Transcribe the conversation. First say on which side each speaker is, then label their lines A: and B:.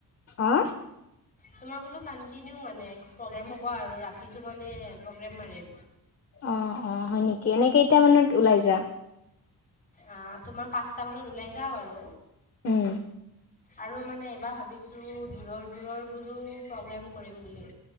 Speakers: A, on the left; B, on the left.
A: অ
B: তোমাৰ বোলো কন্টিনিউ মানে প্ৰগ্ৰেম হ'ব আৰু ৰাতিটো মানে প্ৰগ্ৰেম মাৰিম
A: অ', অ', হয় নেকি, এনে কেইটামানত ওলাই যোৱা?
B: আ, তোমাৰ পাঁচটা মানত ওলাই যাওঁ আৰু
A: উম
B: আৰু মানে এইবাৰ ভাবিছোঁ দূৰৰ দূৰৰবোৰো প্ৰগ্ৰেম কৰিম বুলি।